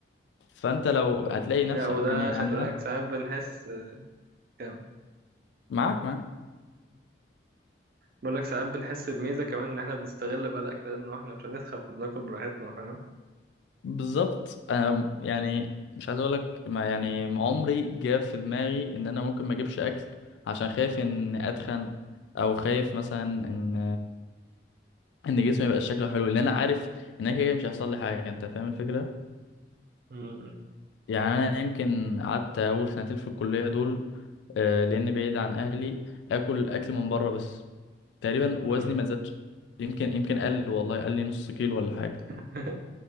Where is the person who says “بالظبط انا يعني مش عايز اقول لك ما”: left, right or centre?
Left